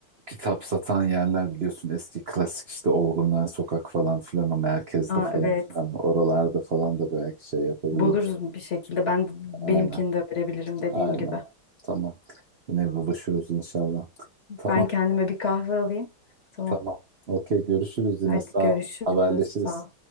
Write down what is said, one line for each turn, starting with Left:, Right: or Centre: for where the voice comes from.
Right: kitap satan yerler biliyorsun eski klasik işte Olgunlar Sokak falan filan o merkezde
Left: Aa,
Right: falan
Left: evet.
Right: filan oralarda falan da belki şey yapabiliriz.
Left: Buluruz bir şekilde. Ben
Right: Aynen.
Left: benimkini de verebilirim dediğim
Right: Aynen.
Left: gibi.
Right: Tamam. Yine buluşuruz inşallah. Tamam,
Left: Ben kendime bir kahve alayım. Tamam.
Right: tamam. Okey, görüşürüz yine.
Left: Hadi
Right: Sağ
Left: görüşürüz.
Right: ol. Haberleşiriz.
Left: Sağ ol.